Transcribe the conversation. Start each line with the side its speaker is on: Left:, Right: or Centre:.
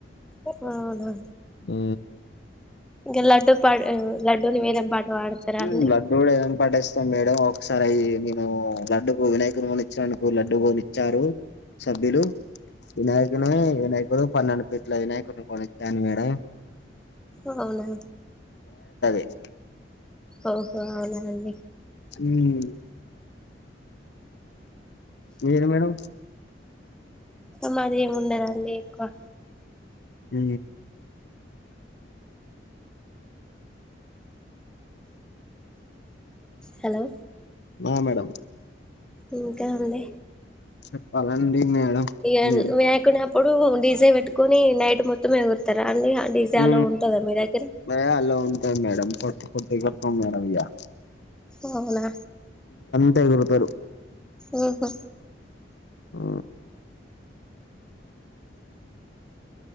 Centre: ఆహ
Left: ఊ
Centre: ఇంకా లడ్డు పాడ్ లడ్డూని వేలం పాట. పాడతారా
Left: హు
Centre: అండి
Left: లడ్డు కూడా వేలం పాటేస్తాం మే ఒకసారి అయి నేను లడ్డూకు వినాయకు కొనిచ్చినందుకు లడ్డు కొనిచ్చారు. సభ్యులు వినాయకుని వినాయకుడు పన్నెండు పిట్ల వినాయకుని కొనిచ్చాను మేడం
Centre: అవునా
Left: <unintelligible>
Centre: ఓహో అవునా అండి
Left: హుమ్ మీరు మేడం
Centre: మాది ఏమి ఉండదండి ఎక్కువ
Left: ఉ
Centre: హలో
Left: ఆ మేడం
Centre: ఇంకా అండి
Left: చెప్పాలండి మేడం
Centre: ఇక
Left: మీరే
Centre: వినాయకుని అప్పుడు డీజే పెట్టుకొని నైట్ మొత్తం ఎగురుతారా అండి, డీజే
Left: హు
Centre: అలో ఉంటుందా మీ దగ్గర
Left: మేడలో ఉంటాయి మేడం పోట్ పోటి ఎగుర్తం మేడం ఇగా
Centre: ఓ అవునా
Left: ఎగురుతారు.
Centre: ఉహు
Left: ఉ